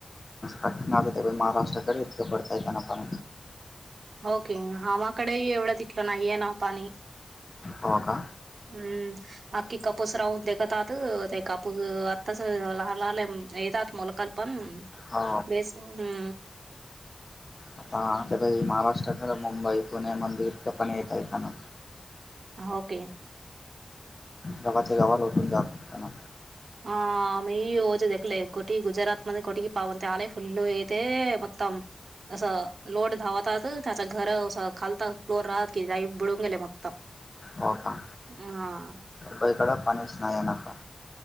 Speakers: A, on the left; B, on the right.
A: पटन आ ते महाराष्ट्रा कडेरक पडतय त्यांना प
B: ओके हमाकडे एवढं तथलं नाहीये ना पाणी
A: हो का
B: हम्म आख्खी कापूस राहून तेखतात ते कापूस आत्ताच लहान लहानले येतात मोलकाल पण
A: हो
B: बेस हा
A: आता ते महाराष्ट्रा खरं मुंबई पुणे मंदिर पण येत आहे का ना
B: ओके
A: गावाच्या गावाला उटून जात होताना
B: ह आ मही रोज दखला कोठी गुजरात मध्ये कोटकी पाव तले फुल्ल अयते मतम असं लोट धावतात त्याच घर अस खालतात फ्लोर राहत की जाई बिडून गेले मगत
A: हो का
B: ह
A: बाईकड पाणीच नाही नका